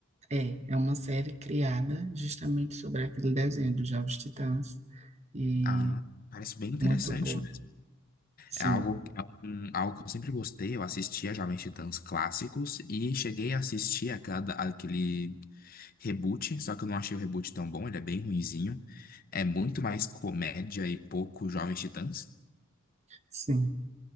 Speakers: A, on the right (about 30°); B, on the left (about 45°).
A: é, é uma série criada justamente sobre aquele desenho dos Jovens Titãs. E
B: Ah, parece bem
A: muito
B: interessante
A: boa.
B: mesmo.
A: Sim,
B: É algo, é um- algo que eu sempre gostei. Eu assistia Jovens Titãs clássicos e cheguei a assistir aquela, aquele reboot, só que eu não achei o reboot tão bom, ele é bem ruinzinho. É muito mais comédia e pouco Jovens Titãs.
A: Sim,